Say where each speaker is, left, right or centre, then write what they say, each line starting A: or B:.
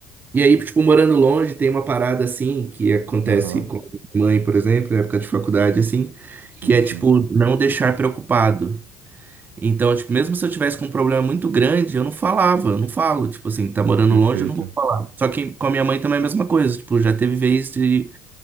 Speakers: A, on the right; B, on the right.
A: E aí, tipo, morando longe, tem uma parada assim que acontece
B: Aham.
A: com a minha mãe, por exemplo, na época de faculdade, assim,
B: Sim,
A: que é
B: sim.
A: tipo não deixar preocupado. Então, tipo, mesmo se eu tivesse com um problema muito grande, eu não falava, eu não falo. Tipo assim, tá morando
B: perfeita
A: longe, eu não vou falar. Só que com a minha mãe também é a mesma coisa. Tipo, já teve vez de